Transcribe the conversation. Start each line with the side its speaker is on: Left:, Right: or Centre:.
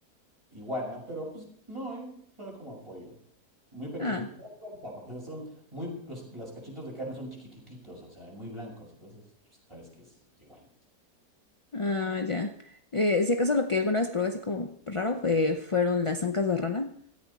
Right: iguana, pero pues no, ¿eh? Fue como apoyo. Muy pequeño,
Left: Ah,
Right: te das cuenta, porque son muy, los, los cachitos de carne son chiquitititos, o sea, muy blancos, entonces pues, sabes que es iguana.
Left: ah, ya. Eh, si acaso lo que alguna vez probé así como raro fue, fueron las ancas de rana